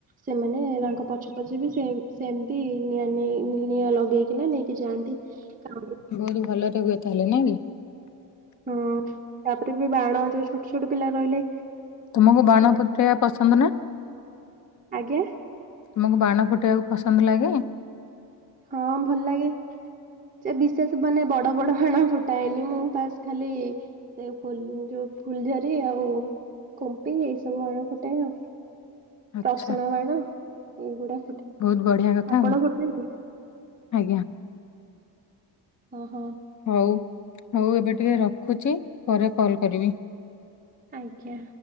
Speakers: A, on the right (about 20°); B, on the left (about 45°).
A: ସେମାନେ ତାଙ୍କ ପଛ ପଛେ ବି ସେ ସେମିତି ନିଆଁ ନେଇ ନିଆଁ ଲଗେଇକିନା ନେଇକି ଯାଆନ୍ତି। କଣ?
B: ବହୁତ ଭଲରେ ହୁଏ ତାହେଲେ ନା କି।
A: ହଁ ତାପରେ ବି ବାଣ ଯୋଉ ଛୋଟ ଛୋଟ ପିଲା ରହିଲେ।
B: ତୁମକୁ ବାଣ ଫୁଟେଇବା ପସନ୍ଦ ନା
A: ଆଜ୍ଞା।
B: ତୁମକୁ ବାଣ ଫୁଟାଇବାକୁ ପସନ୍ଦ ଲାଗେ?
A: ହଁ ଭଲ ଲାଗେ ଯେ ବିଶେଷ ମାନେ ବଡ ବଡ ବାଣ ଫୁଟାଏନି ମୁଁ ବାସ୍ ଖାଲି ସେ ଫୁଲ୍ ଯୋଉ ଫୁଲଝରି ଆଉ କୁମ୍ପି ଏଇ ସବୁ ବାଣ ଫୁଟାଏ ଆ
B: ଆଚ୍ଛା
A: ରସୁଣ ବାଣ ଏଇଗୁଡା ଫୁଟା ଟାଏ
B: ବହୁତ ବଢିଆ କଥା
A: ଆପଣ
B: ଆଉ
A: ଫୁଟାନ୍ତି?
B: ଆଜ୍ଞା।
A: ଓହୋ।
B: ହଉ ହଉ ଏବେ ଟିକେ ରଖୁଛି ପରେ କଲ୍ କରିବି।
A: ଆଜ୍ଞା।